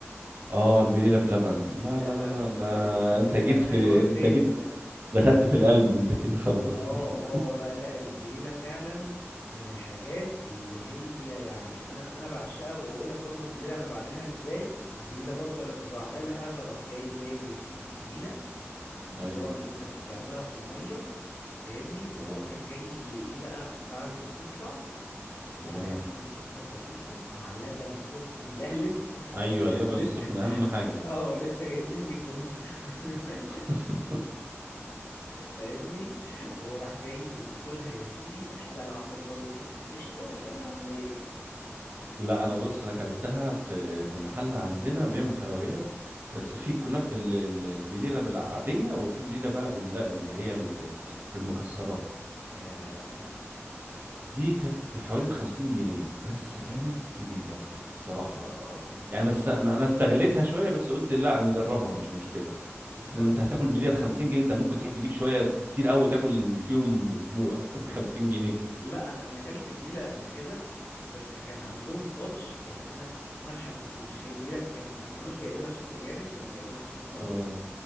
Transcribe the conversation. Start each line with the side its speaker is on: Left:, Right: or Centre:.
Right: آه البليلة بلبن لا
Left: يا
Right: لا
Left: لهوي
Right: لا لا ده
Left: لا لا لا، ده ده
Right: أنت
Left: ده,
Right: جيت
Left: ده
Right: في
Left: حوار تاني
Right: <laughs> أنت جيت
Left: ده
Right: دخلت في القلب أنت كده خلاص
Left: اه
Right: <laughs>
Left: اه لا لا البليله فعلا من الحاجات اللي هي يعني انا انا بعشقها واقول لك برضو البليله انا بعملها ازاي البليله برضو لما بعملها بروح جاي جايب يا سيدي البليله وطبعا
Right: أيوه
Left: انت بتعملها في الميه فاهمني وبروح
Right: آه
Left: جاي ايه بقى بعد ما بتطلع بحط
Right: تمام
Left: عليها سنة سكر بسيطة مع لبن سخن ملهلب <laughs>
Right: أيوه اللبن
Left: لسه
Right: السخن أهم حاجة
Left: اه لسه جايبينه من الجاموسة <laughs>
Right: <laughs>
Left: فاهمني وراح جاي وكلها يا سيدي وهيبقى لو عندك برضو حتة قشطة يا لهوي
Right: لا انا بص انا اكلتها في في محل عندنا بيعمل حلويات بس في كنافه ال- ال- البليله بالعاديه وفي بليله بقى بال- اللي هي ال- بالمكسرات
Left: يا
Right: دي كانت حوالي ب 50 جنيه بس كانت بليله بصراحه
Left: اه اه هي من
Right: يعني
Left: ناحية
Right: بس
Left: دي
Right: ما انا استغليتها شويه بس قلت لا نجربها مش مشكله
Left: بالظبط
Right: بس انت هتاكل بليله ب 50 جنيه انت ممكن تروح تجيب شويه كتير قوي تاكل فيهم اسبوع <laughs> ب 50 جنيه
Left: لا انا انا اكلت بليله قبل كده بس كان عندهم تاتش يعني انا انا ما حسيتوش هي البليله كانوا كانوا كانوش جايبينها سخنه جامد كانوا جايبينها سخنه وسط
Right: اه